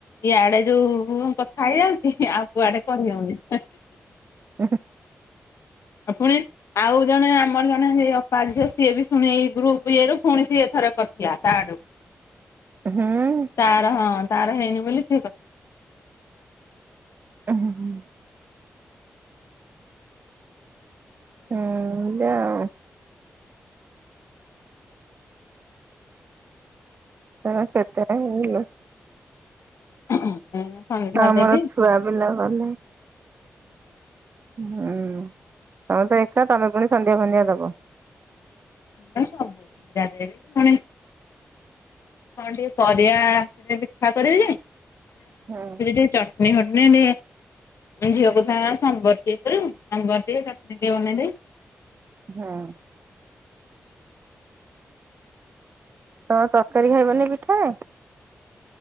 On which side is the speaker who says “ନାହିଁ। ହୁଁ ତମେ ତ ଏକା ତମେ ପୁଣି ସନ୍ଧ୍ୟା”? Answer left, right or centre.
Right